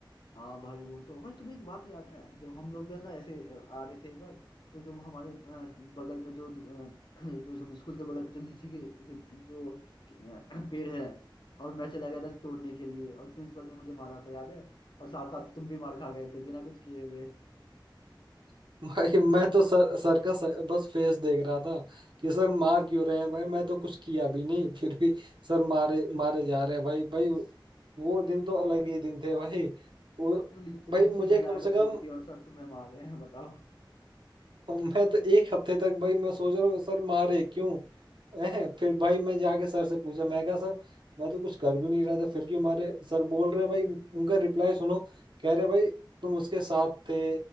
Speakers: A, on the left; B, on the right.
A: हाँ भाई वो तो भाई तुम्हें एक बात याद है जब हम लोग है ना ऐसे अ, आ रहे थे एक बार तो जब हमारे अ, बगल में जो अ, जो हम स्कूल के बगल में जो लीची के, के जो अ, पेड़ है और मैं चला गया था तोड़ने के लिए और प्रिंसिपल ने मुझे मारा था याद है और साथ साथ तुम भी मार खा गए थे बिना कुछ किए हुए
B: <laughs> भाई मैं तो सर सर का सर, बस फेस देख रहा था कि सर मार क्यों रहे हैं भाई मैं तो कुछ किया भी नहीं <laughs> फिर भी सर मारे मारे जा रहे हैं भाई भाई वो दिन तो अलग ही दिन थे भाई वो
A: तो ली,
B: भाई
A: लीची
B: मुझे
A: मैं लाया
B: कम से
A: था
B: कम
A: तोड़ के और सर तुम्हें मार रहे हैं बताओ
B: अब मैं तो एक हफ्ते तक भाई मैं सोच रहा हूँ सर मारे क्यों हैं फिर भाई मैं जाके सर से पूछा मैं कहा सर मैं तो कुछ कर भी नहीं रहा था फिर क्यों मारे सर बोल रहे हैं भाई उनका रिप्लाई सुनो कह रहे भाई तुम उसके साथ थे